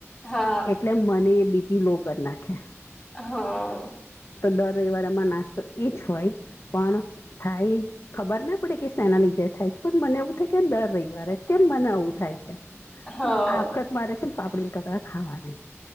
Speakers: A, in the centre; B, on the left.
A: હા.
B: એટલે મને એ બીપી લો કરી નાખે.
A: હ અ અ અ
B: તો દર રવિવારે અમાર નાસ્તો એ જ હોય પણ થાય ખબર ના પડે કે શેના લીધે થાય છે પણ મને એવું થાય કેમ દર રવિવારે જ કેમ મને આવવું થાય છે?
A: હા
B: તો આ વખત મારે છે ને પાપડીના કકડા ખાવા નહી,